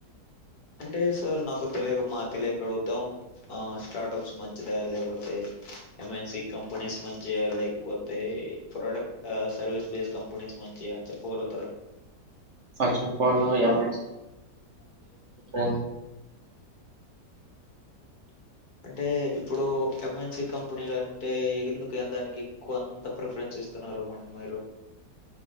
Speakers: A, on the left; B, on the right.
A: అంటే సార్ నాకు తెలియక మా తెలియక అడుగుతాం స్టార్టప్స్ మంచిదా లేకపోతే ఎంఎన్సి కంపెనీస్ మంచియా లేకపోతే ప్రోడక్ట్ సర్వీస్ బేస్ కంపెనీస్ మంచియా చెప్పగలుగుతారా
B: first of all M NC company <unintelligible>
A: అంటే ఇప్పుడు ఎమ్ ఎన్సీ కంపెనీలు అంటే ఎందుకు ఎక్కువ అంత ప్రిఫరెన్స్ ఇస్తున్నారు మరి మీరు